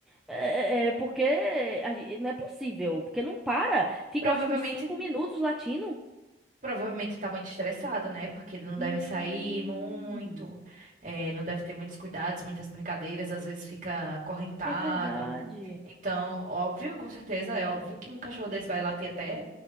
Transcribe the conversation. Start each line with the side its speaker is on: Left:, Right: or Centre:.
Centre: É, é, é, porque a gen- não é possível. Porque não para. Fica,
Right: Provavelmente,
Centre: eu acho que uns cinco minutos latindo.
Right: provavelmente tá muito estressado, né? Porque ele não deve
Centre: Hum,
Right: sair muito, é, não deve ter muitos cuidados, muitas brincadeiras, às vezes fica acorrentado.
Centre: é verdade.
Right: Então, óbvio, com certeza, é óbvio que um cachorro desse vai latir até